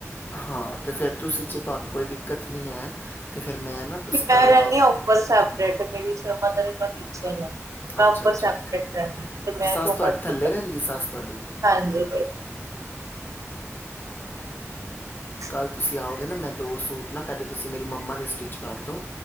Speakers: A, on the left; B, on the right.
A: ਹਾਂ ਤੇ ਫੇਰ ਤੁਸੀਂ ਜੇ ਤੁਹਾਨੂੰ ਕੋਈ ਦਿੱਕਤ ਨੀ ਐ ਤੇ ਫੇਿਰ ਮੈਂ ਨਾ ਤੁਸੀਂ ਕੱਲ
B: ਮੇ ਰੈਨੀ
A: ਆਓ
B: ਆ ਉਪਰ ਸੈਪਰੇਟ ਮੇਰੀ ਮਦਰ ਇਨ ਲੋ ਟੀਚਰ ਆ। ਮੈਂ
A: ਅੱਛਾ
B: ਉੱਪਰ
A: ਅੱਛਾ
B: ਸੈਪਰੇਟ ਰਹਿੰਦੀ ਹ ਤੇ ਮੈਂ
A: ਸੱਸ
B: ਜੋ
A: ਤੁਹਾਡੀ
B: ਮਰਜੀ
A: ਥੱਲੇ
B: ਕਰਾ।
A: ਰਹਿੰਦੀ ਸੱਸ ਤੁਹਾਡੀ
B: ਹਾਂਜੀੇ <inaudible>
A: ਕੱਲ੍ਹ ਤੁਸੀਂ ਆਓਗੇ ਨਾ ਮੈਂ ਦੋ ਸੂਟ ਨਾ ਪਹਿਲੇ ਤੁਸੀਂ ਮੇਰੀ ਮੰਮਾ ਦੇ ਸਟਿਚ ਕਰ ਦਿਉ।